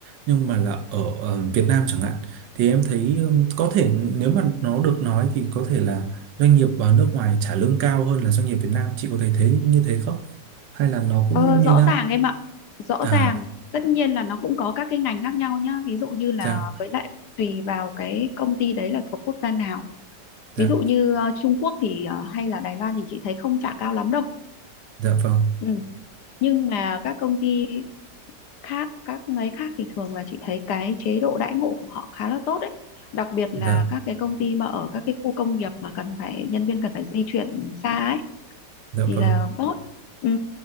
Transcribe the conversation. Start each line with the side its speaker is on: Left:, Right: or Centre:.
Right: nhưng mà là ở, ờ, Việt Nam chẳng hạn thì em thấy ừm, có thể nếu mà nó được nói thì có thể là doanh nghiệp ở nước ngoài trả lương cao hơn là doanh nghiệp Việt Nam chị có thể thấy như thế không hay là nó cũng
Left: ờ, rõ
Right: như nhau
Left: ràng em ạ rõ
Right: à
Left: ràng tất nhiên là nó cũng có các cái ngành khác nhau nhá ví dụ như là
Right: dạ
Left: với lại tùy vào cái công ty đấy là thuộc quốc gia nào
Right: dạ
Left: ví dụ như ờ, Trung Quốc thì ờ, hay là Đài Loan thì chị thấy không trả cao lắm đâu
Right: dạ vâng
Left: ừ. nhưng mà các công ty khác các ngành khác thì thường là chị thấy cái chế độ đãi ngộ của họ khá là tốt đấy đặc biệt
Right: dạ
Left: là các cái công ty mà ở các cái khu công nghiệp mà cần phải nhân viên cần phải di chuyển xa ấy
Right: dạ
Left: thì
Right: vâng
Left: là tốt ừ.